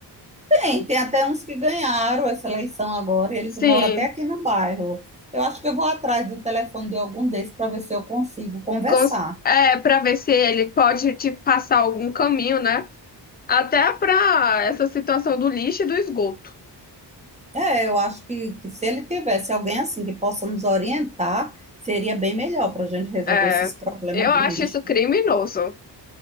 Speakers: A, on the right (about 15°); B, on the left (about 25°).
A: Tem, tem até uns que ganharam essa eleição agora, e eles
B: Sim,
A: moram até aqui no bairro. Eu acho que eu vou atrás do telefone de algum desses para ver se eu consigo conversar.
B: cons- é, para ver se ele pode te passar algum caminho, né? Até para essa situação do lixo e do esgoto.
A: É, eu acho que, que se ele tivesse alguém assim que possa nos orientar, seria bem melhor para a gente resolver
B: É,
A: esses problemas
B: eu acho
A: do lixo.
B: isso criminoso.